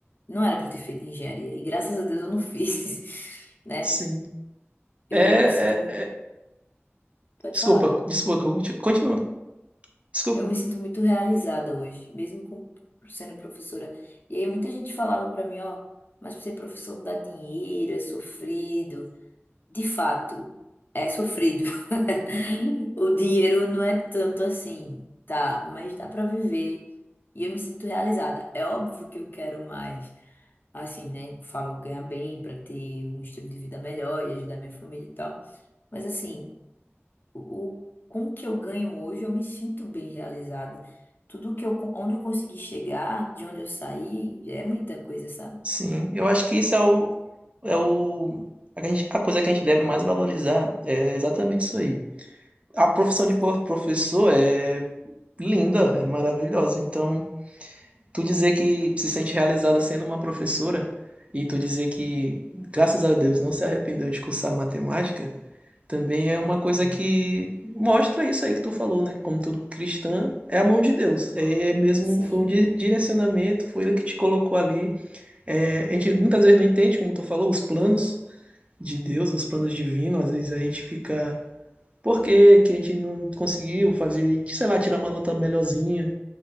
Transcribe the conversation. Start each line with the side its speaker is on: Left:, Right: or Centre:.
Left: Não era pra eu ter feito engenharia. E graças a Deus eu não <laughs> fiz, né?
Right: Sim.
Left: Eu
Right: É, é,
Left: me sinto muito,
Right: é-
Left: pode
Right: Desculpa,
Left: falar.
Right: desculpa, que eu conti- continua. Desculpa.
Left: Eu me sinto muito realizada hoje, mesmo com sendo professora. E aí muita gente falava pra mim, ó, mas pra ser professor não dá dinheiro, é sofrido. De fato, é sofrido. <laughs> O dinheiro não é tanto assim, tá? Mas dá pra viver. E eu me sinto realizada. É óbvio que eu quero mais. Assim, né? Falo ganhar bem pra ter um estilo de vida melhor e ajudar minha família e tal. Mas assim, o, o- com o que eu ganho hoje, eu me sinto bem realizada. Tudo que eu, con- onde eu consegui chegar, de onde eu saí, é muita coisa, sabe?
Right: Sim, eu acho que isso é o, é o, a gente- a coisa que a gente deve mais valorizar é exatamente isso aí. A profissão
Left: Com certeza.
Right: de po- professor é linda, é maravilhosa. Então, tu dizer que se sente realizada sendo uma professora e tu dizer que, graças a Deus, não se arrependeu de cursar matemática, também
Left: Não
Right: é uma
Left: me arrependo.
Right: coisa que mostra isso aí que tu falou, né? Como tu cristã, é a mão de Deus. É mesmo,
Left: Sim,
Right: foi um di- direcionamento, foi ele que te colocou ali. É, a gente muitas vezes não entende, como tu falou, os planos de Deus, os planos divinos. Às vezes a gente fica, por que que a gente não conseguiu fazer, sei lá, tirar uma nota melhorzinha?